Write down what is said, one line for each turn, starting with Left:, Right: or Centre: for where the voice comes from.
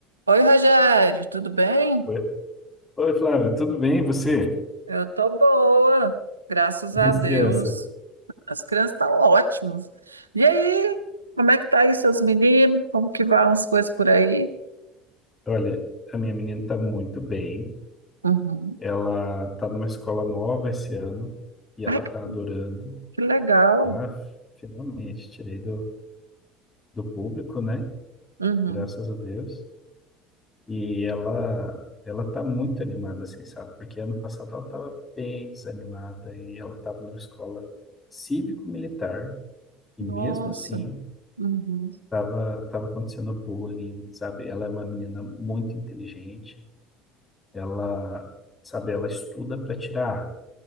Right: Oi, Rogério, tudo bem?
Left: Oi, Oi, Flávia, tudo bem? E Você?
Right: Eu tô boa, graças
Left: Minhas
Right: a Deus.
Left: crianças.
Right: As crianças estão ótimas. E aí, como é que tá aí seus meninos? Como que vão as coisas por aí?
Left: Olha, a minha menina está muito bem.
Right: Uhum.
Left: Ela está numa escola nova esse ano e
Right: Ai,
Left: ela está
Right: que
Left: adorando.
Right: que legal.
Left: Ah, finalmente tirei do, do público, né?
Right: Uhum.
Left: Graças a Deus. E ela ela está muito animada, assim, sabe? Porque ano passado ela estava bem desanimada e ela estava numa escola cívico-militar e
Right: Nossa.
Left: mesmo assim
Right: Uhum.
Left: tava, tava acontecendo bullying, sabe? Ela é uma menina muito inteligente, ela, sabe, ela estuda para tirar